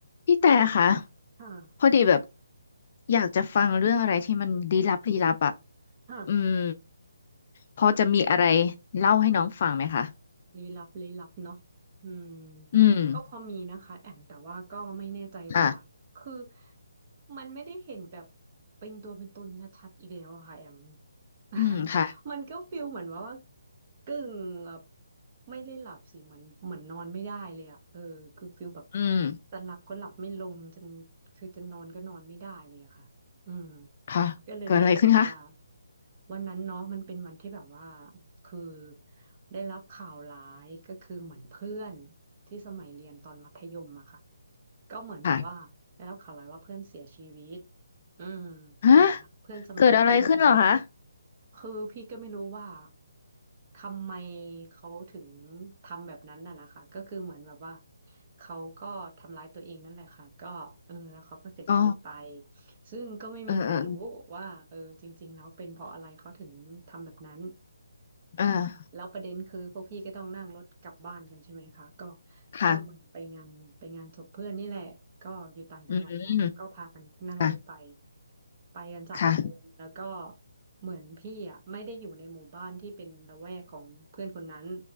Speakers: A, on the left; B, on the right.
A: พี่แต่คะ
B: ค่ะ
A: พอดีแบบอยากจะฟังเรื่องอะไรที่มันลี้ลับลี้ลับอ่ะ
B: ค่ะ
A: อืมพอจะมีอะไรเล่าให้น้องฟังไหมคะ
B: ลี้ลับลี้ลับเนาะอืม
A: อืม
B: ก็พอมีนะคะแอมแต่ว่าก็ไม่แน่ใจว่าคือ
A: ค่ะ
B: มันไม่ได้เห็นแบบเป็นตัวเป็นตนชัดๆอีกแล้วอะค่ะแอม <laughs>
A: อืมค่ะ
B: มันก็ฟิลเหมือนว่าว่ากึ่งแบบไม่ได้หลับสิเหมือนเหมือนนอนไม่ได้เลยอะเออคือฟิลแบบ
A: อืม
B: จะหลับก็หลับไม่ลงจนคือจะนอนก็นอนไม่ได้เลยอะค่ะอืม
A: ค่ะเกิดอะไรขึ้นคะ
B: ก็เลยรู้สึกแบบว่าวันนั้นเนาะมันเป็นวันที่แบบว่า คือได้รับข่าวร้ายก็คือเหมือนเพื่อนที่สมัยเรียนตอนมัธยมอะค่ะก็เหมือนแบบว่าได้รับข่าวร้ายว่าเพื่อนเสียชีวิต
A: ค่ะ
B: อืมสมัยมัธเพื่อนสมัยมัธยม
A: ฮะเกิดอะไรขึ้นเหรอคะ
B: คือพี่ก็ไม่รู้ว่าทำไมเขาถึงทำแบบนั้นน่ะนะคะก็คือเหมือนแบบว่าเขาก็ทำร้ายตัวเองนั่นแหละค่ะก็เออแล้วเขาก็เสียชีวิตไป
A: อ๋อ
B: ซึ่งก็ไม่มีใครรู้ว่าเออจริงๆแล้วเป็นเพราะอะไรเขาถึงทำแบบนั้น
A: เออเออเออ
B: แล้วประเด็นคือพวกพี่ก็ต้องนั่งรถกลับบ้านกันใช่ไหมคะก็
A: ค่ะ
B: ก็เหมือนไปงานไปงานศพเพื่อนนี่แหละก็อยู่ต่างจังหวัดเนาะก็พากันนั่งรถไป
A: อืมค่ะ
B: ไปกันสามคนแล้วก็
A: ค่ะ
B: เหมือนพี่อ่ะไม่ได้อยู่ในหมู่บ้านที่เป็นละแวกของเพื่อนคนนั้น